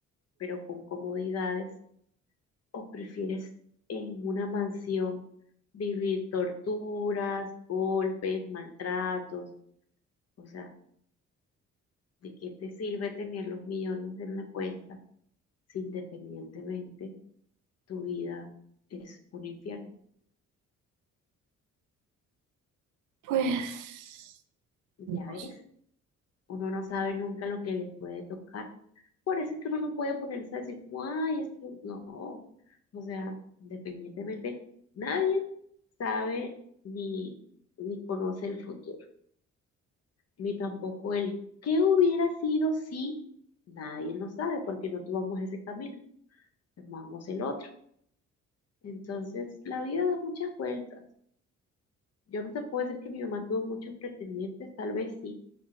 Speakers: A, on the left; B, on the right.
A: pero con comodidades? ¿O prefieres en una mansión vivir torturas, golpes, maltratos? O sea, ¿de qué te sirve tener los millones en la cuenta si independientemente tu vida es un infierno?
B: Pues,
A: Ya
B: No
A: ves,
B: sé.
A: uno no sabe nunca lo que le puede tocar. Por eso es que uno no puede ponerse a decir como, ay, es que no. O sea, independientemente, nadie sabe ni, ni conoce el futuro, ni tampoco el qué hubiera sido si nadie lo sabe, porque no tomamos ese camino, tomamos el otro. Entonces, la vida da muchas vueltas. Yo no te puedo decir que mi mamá tuvo muchos pretendientes, tal vez sí,